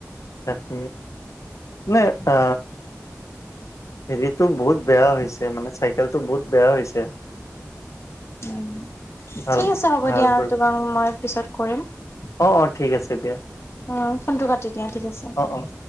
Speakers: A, on the left; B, on the left.
A: এ নাই অ। হেৰিতটো বহুত বেয়া হৈছে, মানে চাইকেলটো বহুত বেয়া হৈছে।
B: উ
A: ভাল
B: ঠিক আছে হ'ব
A: ভাল
B: দিয়া,
A: কৰি
B: তোমাক মই পিছত কৰিম।
A: অ অ ঠিক আছে দিয়া।
B: উম ফোনটো কাটি দিয়া ঠিক আছে।
A: অ' অ'।